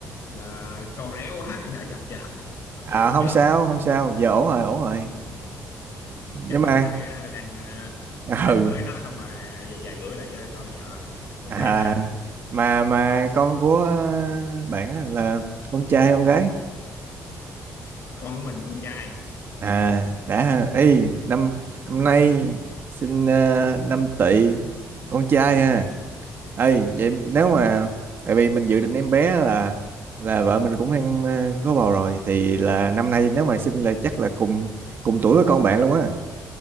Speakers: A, on the left (about 50°); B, on the right (about 40°).
A: ờ, con réo quá <laughs> giờ chập chờn
B: à
A: giờ ổn
B: không
A: chưa
B: sao không sao giờ ổn rồi ổn rồi
A: Ừm, ừm,
B: nhưng
A: chắc
B: mà
A: là lúc nãy ờ, đang ờ,
B: <laughs> à,
A: đang
B: ừ
A: bới nó xong rồi về về gửi lại cho cho vợ ok
B: à
A: ha
B: mà mà con của à, bạn á là con trai hay con gái
A: con của mình con trai
B: à đã ha. Ê,
A: Ừm,
B: năm
A: ừm,
B: năm nay sinh à, năm tỵ con trai ha ấy vậy nếu
A: ừm.
B: mà tại vì mình dự định em bé là là vợ mình cũng đang ờ, có bầu rồi thì là năm nay nếu mà sinh là chắc là cùng cùng tuổi với con bạn luôn á